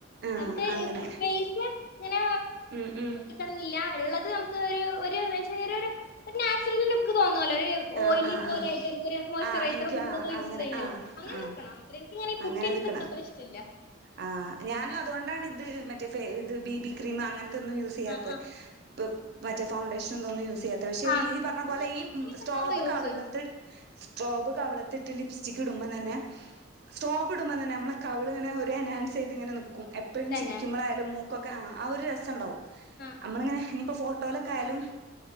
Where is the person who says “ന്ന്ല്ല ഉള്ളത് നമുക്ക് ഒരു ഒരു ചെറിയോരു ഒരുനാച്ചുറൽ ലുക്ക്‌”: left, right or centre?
Left